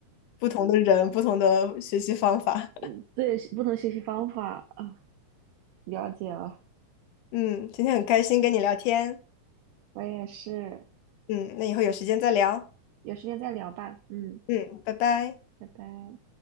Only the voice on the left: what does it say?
不同的人，不同的学习方法，
<laughs> 嗯，今天很开心跟你聊天，
嗯，那以后有时间再聊，
嗯，拜拜。